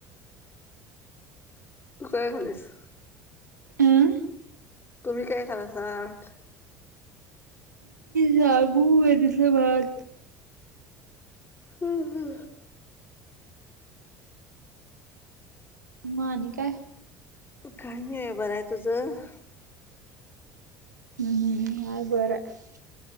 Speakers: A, on the left (about 25°); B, on the right (about 80°).
A: तू काय खालीस.
B: अं
A: तुम्ही काय खल्लासा. म्हणाले
B: तबू म तिले भाात <inaudible>
A: हम्म हम्म
B: मग आणि काय?
A: काही नाही आहे बरं आहे तुझं.
B: हम्म हम्म हाय बरं हाय